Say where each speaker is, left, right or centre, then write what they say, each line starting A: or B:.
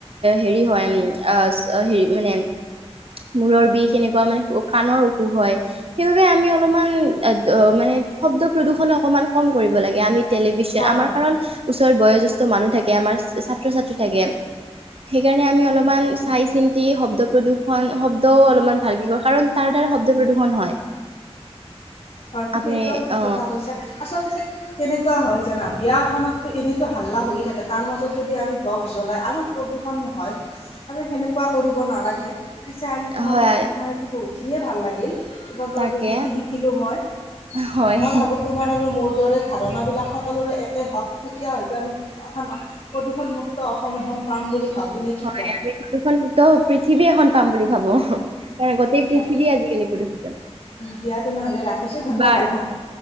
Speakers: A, on the right; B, on the left.
A: হেৰি হয়, উম আহ হেৰি মানে মূৰৰ বিষ কেনেকুৱা মানে কাণৰ অসুখ হয়, সেইবাবে আমি অলপমান মানে শব্দ-প্ৰদূষণ অকমান কম কৰিব লাগে আমি টেলিভিশন
B: হয়
A: আমাৰ
B: হয়
A: কাৰণ <unintelligible> বয়োজ্যেষ্ঠ মানুহ থাকে আমাৰ ছাত্ৰ-ছাত্ৰী থাকে। সেইকাৰণে আমি অলপমান
B: হয়।
A: চাই চিন্তি শব্দ প্ৰদূষণ হল শব্দও অলপমান ভালকে কৰো কাৰণ তাৰ দ্বাৰা শব্দ প্ৰদূষণ হয়।
B: হয় তুমি
A: আপুনি
B: একদম ঠিক
A: অ
B: কথা কৈছা, আচলতে কেনেকুৱা হয় জানা? বিয়া এখনতটো এনেইতো হাল্লা হৈয়ে থাকে তাৰ মাজত যদি আমি বক্স জলাই আৰু প্ৰদূষণ হয় আৰু সেনেকুৱা কৰিব নালাগে। পিছো আজি তোমাৰ
A: হয়
B: লগত কথা পাতি বহুতখিনিয়ে ভাল লাগিল, তোমাৰ
A: তাকে
B: পৰা বহুতখিনি শিকিলোঁ মই।
A: হয়
B: আৰু মই ভাবো তোমাৰ আৰু মোৰ দৰে ধাৰণাবিলাক সকলোৰে একেই হওক তেতিয়া হয়তো আমি প্ৰদূষণমুক্ত অসম <unintelligible> পাম বুলি। ভাবোঁ নে কি
A: হয়
B: কোৱা
A: আমি প্ৰদূষণ মুক্ত পৃথিৱী এখন পাম বুলি ভাবো। কাৰণ গোটেই পৃথিৱী
B: হয়
A: আজিকালি প্ৰদূষিত।
B: দিয়া তেনেহ'লে ৰাখিছোঁ ধন্যবাদ
A: বাৰু
B: হা।